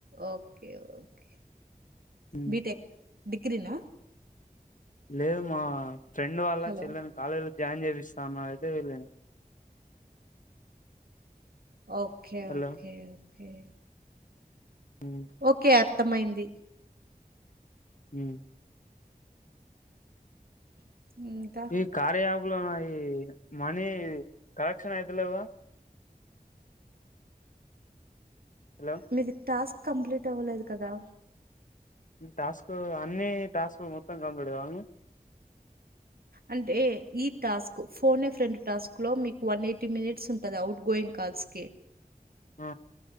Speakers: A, on the right; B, on the left.
A: ఓకే ఓకే
B: ఉమ్
A: బిటెక్ డిగ్రీన
B: లేదు మా ఫ్రెండ్ వాల్ల
A: హలో
B: చెల్లెను కాలేజీలో జాయిన్ చేపిస్తాను అయితే వెళ్ళాను
A: ఒకే
B: హలో
A: ఒకే ఒకే
B: ఉ
A: ఓకే అర్థమైంది
B: ఉ
A: ఉ
B: ఈ కార్యాయాప్లో నా ఈ మనీ కలెక్షన్ అయితలేదా హలో
A: మీది టాస్క్ కంప్లీట్ అవ్వలేదు కదా
B: టాస్క్ అన్ని టాస్క్ లు మొత్తం కంప్లీట్ కావలన
A: అంటే ఈ టాస్క్ ఫోనే ఫ్రెండ్ టాస్క్లో మీకు వన్ ఎయిటీ మినిట్స్ ఉంటుంది అవుట్ గోయింగ్ కాల్స్కి
B: అ